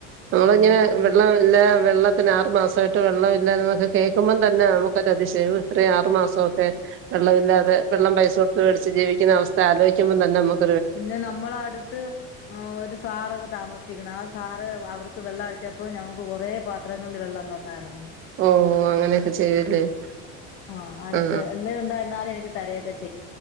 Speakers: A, on the right; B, on the left.
A: നമ്മളിങ്ങനെ
B: ഉം
A: വെള്ളം ഇല്ല വെള്ള ത്തിന് ആറു മാസായിട്ട് വെള്ളംമില്ലന്നൊക്കെ കേൾക്കുമ്പോ തന്നെ നമ്മക്കൊരു അതിശയം ഇത്രയും ആറുമാസക്കെ വെള്ളമില്ലാതെ വെള്ളം പൈസ കൊടുത്ത് വേടിച്ച് ജീവിക്കണ അവസ്ഥ ആലോയ്ക്കുമ്പോതന്നെ മ്മക്ക്
B: പിന്നെ നമ്മളടുത്ത് ഒരു സാറൊക്കെ താമസിക്കണ് ആ സാറ് അവർ ക്ക് വെള്ളം അടിച്ചപ്പോ ഞമ്മക്ക് കുറേ പാത്രങ്ങളില് വെള്ളം തന്നാർന്നു.
A: ഓ <unintelligible>
B: ആഹ് അടുത്ത്
A: ആ
B: എന്ത് <unintelligible> എനിക്ക് തരേ ഒക്കെ ചെ